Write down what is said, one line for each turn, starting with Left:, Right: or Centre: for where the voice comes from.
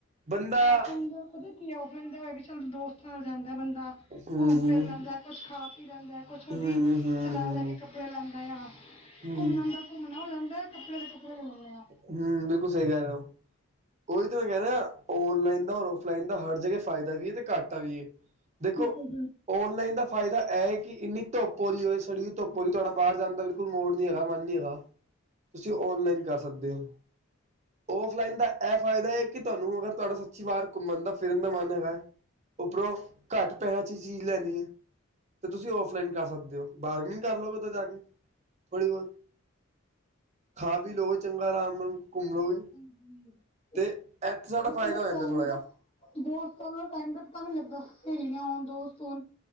Right: ਬੰਦਾ-
Left: ਆਫਲਾਈਨ ਦਾ ਪਤਾ ਕੀ ਔਫਲਾਈਨ ਦਾ ਹੋਇਆ, ਕਿ ਚੱਲ ਦੋਸਤ ਨਾਲ ਜਾਦਾ ਬੰਦਾ
Right: ਹਮ
Left: ਘੁੰਮ ਫਿਰ ਲੈਂਦਾ ਹੈ। ਕੁਛ ਖਾ ਪੀ ਲੈਦਾ ਹੈ। ਕੁਛ ਉਹਦੀ
Right: ਹਮ ਹਮ
Left: ਸਲਾਹ
Right: ਹਮ
Left: ਲੈ ਕੇ ਕੱਪੜੇ ਲੈਦਾ ਆ,
Right: ਹਮ
Left: ਘੁੰਮਣ ਦਾ ਘੁੰਮਣਾ ਹੋ ਜਾਦਾ ਕੱਪੜੇ ਦੇ ਕੱਪੜੇ ਲੈਂਦੇ ਆ
Right: ਹੂੰ ਬਿਲਕੁਲ ਸਹੀ ਕਹਿ ਰਹੇ ਹੋ, ਉਹੀ ਤਾਂ ਮੈਂ ਕਹਿ ਰਿਹਾ- ਔਨਲਾਈਨ ਦਾ ਔਰ ਔਫਲਾਈਨ ਦਾ ਹਰ ਜਗ੍ਹਾ ਫਾਇਦਾ ਵੀ ਹੈ ਤੇ ਘਾਟਾ ਵੀ ਹ। ਦੇਖੋ
Left: ਬਿਲਕੁਲ
Right: ਔਨਲਾਈਨ ਦਾ। ਫਾਇਦਾ ਐ, ਹੈ ਕਿ ਇੰਨੀ ਧੁੱਪ ਹੋ ਰਈ ਹੋਏ। ਸੜੀ ਜੀ ਧੁੱਪ ਹੋ ਰਹੀ ਤੁਹਾਡਾ ਬਾਰ ਜਾਣ ਦਾ ਬਿਲਕੁਲ ਮੋੜ ਨਹੀਂ ਹੈਗਾ, ਮਨ ਨਹੀਂ ਹੈਗਾ। ਤੁਸੀਂ ਔਨਲਾਈਨ ਕਰ ਸਕਦੇ ਹੋ। ਔਫਲਾਈਨ ਦਾ ਅ ਐ ਫਾਇਦਾ ਹੈ। ਕਿ ਤੁਹਾਨੂੰ ਅਗਰ ਤੁਹਾਡਾ ਸੱਚੀ ਵਾਰ ਘੁੰਮਣ ਦਾ ਫਿਰਨ ਦਾ ਮਨ ਹੈਗਾ, ਉੱਪਰੋਂ ਘੱਟ ਅ ਪੈਸਿਆ ਚ ਚੀਜ਼ ਲੈਣੀ ਐ ਤੇ ਤੁਸੀਂ ਔਫਲਾਈਨ ਕਰ ਸਕਦੇ ਹੋ। ਬਾਰਗਨਿੰਗ ਕਰ ਲਓ, ਕਿਤੋ ਜਾ ਕੇ ਥੋੜੀ ਬਹੁਤ ਖਾ ਪੀ ਲੋ। ਚੰਗਾ ਆਰਾਮ ਨਾਲ ਘੁੰਮ ਲੋਗੇ
Left: <inaudible>
Right: ਤੇ ਐਥੇ ਸਾਡਾ
Left: ਬਿਲਕੁਲ
Right: ਫਾਇਦਾ ਹੋ ਜਾਂਦਾ ਥੋੜ੍ਹਾ ਜਿਹਾ
Left: ਦੋਸਤਾਂ ਨਾਲ ਦੋਸਤਾਂ ਨਾਲ ਟਾਈਮ ਦਾ ਪਤਾ ਵੀ ਨਹੀ ਲੱਗਦਾ। ਸਹੇਲੀਆਂ ਹੋਣ ਦੋਸਤ ਹੋਣ